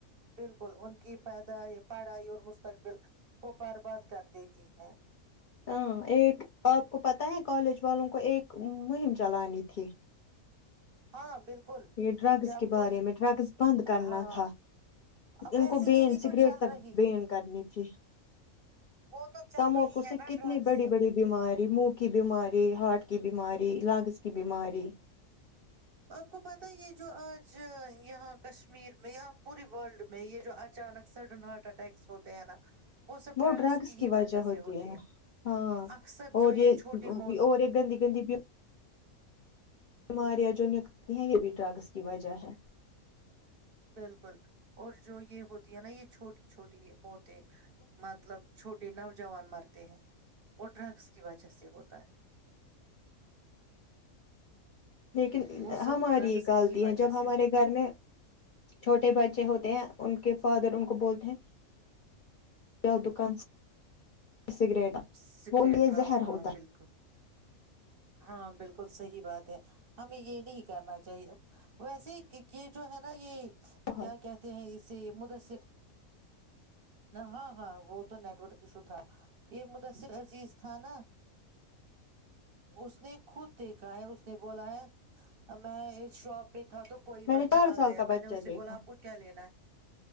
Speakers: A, on the right; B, on the left.
A: بالکل ان کی پ پڑھائی اور مستقبل کو برباد کر دیتی تی ہے
B: ہاں ایک آپ کو پتہ ہے کالج والوں کو ایک مہم چلانی تھی
A: ہاں بالکل
B: یہ ڈرگس
A: جب
B: کے
A: کوئی
B: بارے میں ڈرگس بند کرنا
A: ہاں
B: تھا
A: اب
B: ان
A: ویسے
B: کو بین
A: یہی تو
B: سگریٹ
A: چل
B: تک
A: رہی
B: بین کرنی تھی
A: وہ تو چل
B: تماکو
A: رہی ہے
B: سے
A: نا
B: کتنی
A: ڈرگس
B: بڑی بڑی بیماری منہ کی بیماری ہارٹ کی بیماری لگس کی بیماری
A: آپ کو پت یہ جو آج یہاں کشمیر میں پوری ورلڈ میں یہ جو اچانک سڈن ہارٹ اٹیکس ہوتے ہیں نا سب
B: وہ ڈرگس کی
A: ہی
B: وجہ ہوتی
A: سے ہوتے
B: ہے
A: ہیں
B: ہاں
A: اکثر
B: اور
A: جو
B: یہ
A: چھوٹے موت
B: اور یہ گندی گندی بیماریا جو نکلتی ہیں یہ بھی ڈر گس کی وجہ ہے
A: بالکل اور جو یہ ہوتی ہے نا یہ چھوٹی چھوٹی یہ موت مطلب چھوٹ نوجوان مرتے ہیں وہ ڈرگس کی وجہ سے ہوتا ہے
B: لیکن
A: وہ سب
B: ہماری
A: ڈرگس
B: غالطی
A: کی ہی وجہ
B: ہے جب
A: سے
B: ہمارے
A: ہوتا
B: گھر
A: ہے
B: میں چھوٹے بچے ہوتے ہیں ان کے فادر ان کو بولتے ہیں جاؤ دکان سے سگریٹ
A: سگریٹ
B: وہ لے
A: لاؤ
B: زہر
A: ہاں
B: ہوتا ہے
A: بالکل ہاں بالکل صحی بات ہے ہمیں یہ نہیں کرنا چاہیے ویسے یہ جو ہے نا یہ
B: بہت
A: کیا کہتے ہیں اس سے مدثر ہاں ہاں وہ تو نیٹورک ایشو تھا یہ مدثر عزیز تھا نا اس نے خود دیکھا ہے اس نے بولا ہے میں اس شاپ پہ تھا تو کوئی
B: میں
A: بچا
B: نے چار
A: آ
B: سال
A: گیا
B: کا
A: میں
B: بچہ
A: نے اسے
B: دیکھا
A: بولا آپ کو کیا لینا ہے